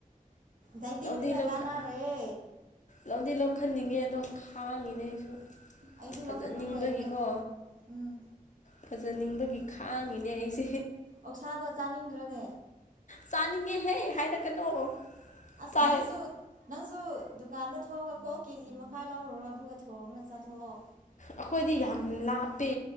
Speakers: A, on the right (about 65°); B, on the left (about 60°).
A: ꯗꯥꯏꯇꯤꯡꯗꯨꯅ
B: ꯂꯧꯗꯤ ꯂꯧꯈꯠ
A: ꯀꯥꯟꯅꯔꯣꯏꯌꯦ
B: ꯂꯧꯗꯤ ꯂꯧꯈꯠꯅꯤꯡꯉꯦ ꯑꯗꯣ ꯈꯥꯡꯉꯤꯅꯦ ꯑꯩꯁꯨ
A: ꯑꯩꯗꯤ
B: ꯐꯖꯅꯤꯡꯕꯒꯤꯀꯣ
A: ꯂꯧꯈꯠꯄ ꯂꯣꯏꯈ꯭ꯔꯦ ꯎꯝ
B: ꯐꯖꯅꯤꯡꯕꯒꯤ ꯈꯥꯡꯉꯤꯅꯦ ꯑꯩꯁꯦ
A: ꯑꯣꯛꯁꯥꯗꯣ ꯆꯥꯅꯤꯡꯗ꯭ꯔꯣꯅꯦ
B: ꯆꯥꯅꯤꯡꯉꯦꯍꯦ ꯍꯥꯏꯔꯛꯀꯅꯣ
A: ꯑꯁ
B: ꯆꯥꯏ
A: ꯅꯪꯁꯨ ꯅꯪꯁꯨ ꯗꯨꯀꯥꯟꯗ ꯊꯣꯛꯣꯡꯑꯒ ꯀꯣꯛ ꯀꯦꯖꯤ ꯃꯈꯥꯏ ꯂꯧꯔꯨꯔꯣ ꯑꯗꯨꯒ ꯊꯣꯡꯑꯒ ꯆꯥꯊꯣꯛꯑꯣ
B: ꯑꯩꯈꯣꯏꯗꯤ ꯌꯥꯝ ꯂꯥꯞꯄꯦ